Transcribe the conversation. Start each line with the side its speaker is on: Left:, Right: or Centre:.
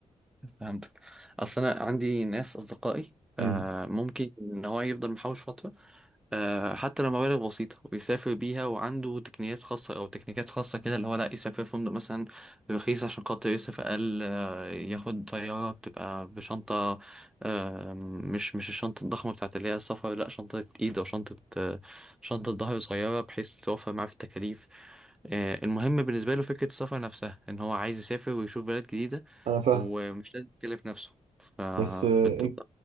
Centre: فهمتك اصل انا عندي ناس اصدقائي آه،
Right: أمم.
Centre: ممكن ان هو يفضل محوش فترة آه، حتى لو مبالغ بسيطة ويسافر بيها وعنده تقنيات خاصة أو تكنيكات خاصة كده اللي هو لا يسافر فندق مثلا رخيص عشان خاطر يصرف أقل آه، ياخد طيارة بتبقى بشنطة آه، مش مش الشنطة الضخمة بتاعت اللي هي السفر لا شنطة إيد أو شنطة آه، شنطة ظهر صغيرة بحيث توفر معاه في التكاليف آه، المهم بالنسبة له فكرة السفر نفسها إن هو عايز يسافر ويشوف بلد جديدة
Right: أنا فاهم
Centre: ومش لازم يكلف نفسه فكنت
Right: بس آه أنت